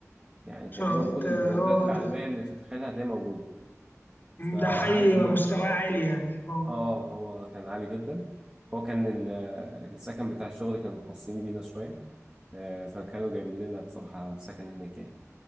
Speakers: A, on the right; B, on the left.
A: يعني
B: شاء
A: تقريبا
B: الله
A: كل
B: ده
A: البراندات
B: آه،
A: العالميه
B: ده
A: اللي تتخيلها هتلاقيها موجوده فعارف
B: ده حي
A: اللي
B: مستواه
A: هو
B: عالي يعني اه
A: اه هو كان عالي جدا هو كان ال- السكن بتاع الشغل كانوا متوصيين بينا شويه آه، فكانوا جايبين لنا بصراحه سكن هناك يعني